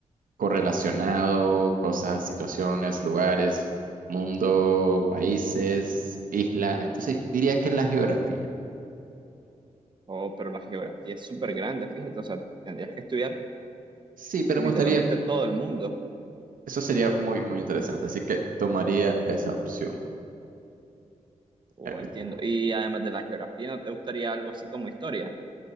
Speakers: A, on the right (about 80°); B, on the right (about 35°).
A: correlacionado, cosas, situaciones, lugares, mundo, países, isla. Entonces, diría que la geografía.
B: Oh, pero la geografía es súper grande, fíjate, o sea, tendrías que estudiar
A: Sí, pero
B: literalmente
A: me gustaría,
B: todo el mundo,
A: eso sería muy, muy interesante. Así que tomaría esa opción.
B: o
A: Eh,
B: entiendo. Y además de la geografía, ¿no te gustaría algo así como historia?